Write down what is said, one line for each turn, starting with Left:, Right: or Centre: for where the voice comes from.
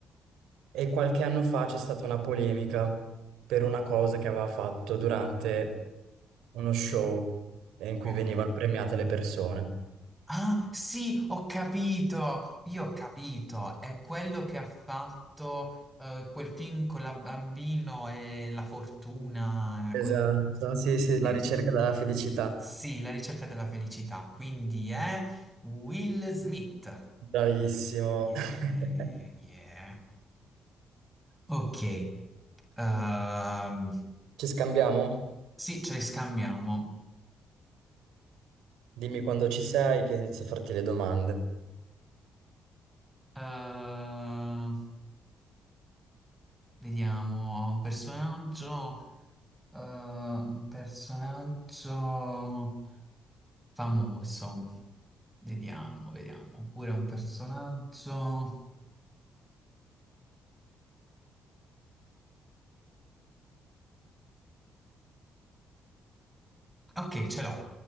Right: E qualche anno fa c'è stata una polemica per una cosa che aveva fatto durante uno show eh, in cui
Centre: Oh.
Right: venivano premiate le persone.
Centre: Ah, sì, ho capito! Io ho capito, è quello che ha fatto eh, quel film con la bambino e la fortuna. eh,
Right: Esatto,
Centre: quella-
Right: sì, sì, la
Centre: Ok.
Right: ricerca della felicità.
Centre: Sì, la ricerca della felicità, quindi è Will Smith.
Right: Bravissimo.
Centre: Yeah,
Right: <laughs>
Centre: yeah. Ok, ehm,
Right: Ci scambiamo?
Centre: sì, ce li scambiamo.
Right: Dimmi quando ci sei che inizio a farti le domande.
Centre: Ehm, vediamo, un personaggio, eh, un personaggio famoso. Vediamo, vediamo, oppure un personaggio... Ok, ce l'ho.